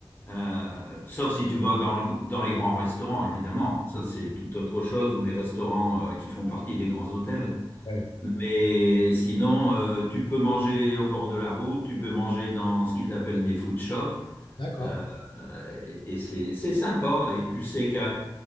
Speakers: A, on the left; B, on the left.
A: Euh, sauf si tu vas dans, le- dans les grands restaurants, évidemment. Ça,
B: Ouais, mais-
A: c'est tout autre chose, ou les restaurants euh, qui font partie des grands hôtels.
B: ouais,
A: Mais sinon, euh, tu peux manger au bord de la route, tu peux manger dans ce qu'ils appellent des food shops,
B: d'accord.
A: euh, et et c'est c'est sympa. Et tu sais qu'à